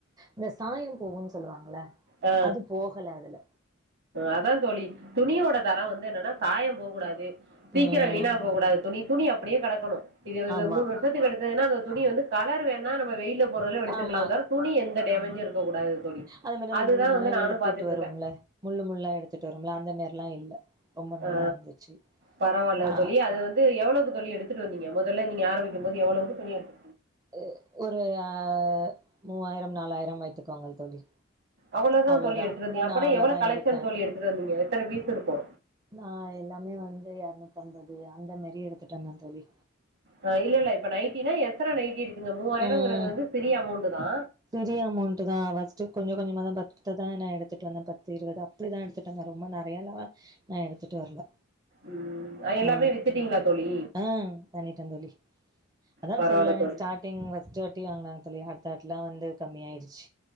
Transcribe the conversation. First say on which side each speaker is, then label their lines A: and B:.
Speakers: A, on the right; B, on the right.
A: இந்த சாயம் போகுன்னு சொல்லுவாங்கல்ல
B: ஆ
A: அது போகல அதுல
B: அதா தோழி துணியோட தரோ வந்து என்னன்னா சாயம் போக்கூடாது சீக்ரோ
A: ம்
B: விணாப்போக் கூடாது தோழி துணி துணி அப்டியே கெடக்கனு இது இது
A: ஆமா
B: மூணு வரு ஷத்துக்கு எடுத்ததுனா அந்த துணி வந்து கலர் வேணா நம்ம வெயில ஓரளவு எடுத்திருக்கலா
A: ஆமா
B: தவிர துணி எந்த டேமேஜ்ஜு இருக்கூடாது தோழி
A: அதுமாரி அந்த
B: அதுதா
A: முள்ளு முள்ளா
B: வந்து நானு
A: எடுத்துட்டு
B: பாத்துட்டு
A: வரும்ல
B: இருக்கே
A: முள்ளு முள்ளா எடுத்துட்டு வருவோம்ல அந்தமாரிலா இல்ல. ரொம்ப நல்லா
B: ஆ
A: இருந்துச்சு
B: பரவால்ல
A: ஆ
B: தோழி அது வந்து எவ்ளோக்கு தோழி எடுத்துட்டு வந்திங்க மொதல்ல நீங்க ஆரம்பிக்கும் போது எவ்ளோக்கு துணி எடு
A: அ ஒரு ஆ மூவாயிரம் நாலாயிரம் வைத்துக்கோங்கள் தோழி.
B: அவ்ளதா
A: அவ்ளோதா
B: தோழி எடுத்துட்டு வந்தியா அப்பனா
A: நா அவ்ளோதா
B: எவ்ளோ கலெக்ஷன்
A: எடுத்தே
B: தோழி எடுத்துட்டு வந்தீங்க எத்தன பீஸ் இருக்கு
A: நா எல்லாமே வந்து எர்நூத்தம்பது அந்த மாரி எடுத்துட்டு வந்தே தோழி
B: ஆ இல்லல்ல இப்ப நைட்டின்னா எத்தன நைட்டி எடுப்பிங்க மூவாயிரோங்கறது
A: ம்
B: வந்து சிறிய அமௌண்ட்டு தா
A: சிறிய அமோண்ட்டு தா ஃபர்ஸ்ட்டு கொஞ்ச கொஞ்சமா தா பத்து தா நா எடுத்துட்டு வந்தே பத்து இருவதா ப்புடிதா எடுத்துட்டு வந்தே ரொம்ப நறயாளா நா எடுத்துட்டு வர்ல
B: ம் எல்லாமே
A: ஆ
B: வித்துட்டீங்களா தோழி
A: ஆ பண்ணிட்டே தோழி அதா
B: பரவால்ல
A: சொல்றனே
B: தோழி
A: ஸ்டார்டிங் ஃபஸ்ட்டு வாட்டி வாங்னாங்க தோழி அடுத்த வாட்லா வந்து கம்மி ஆய்டுச்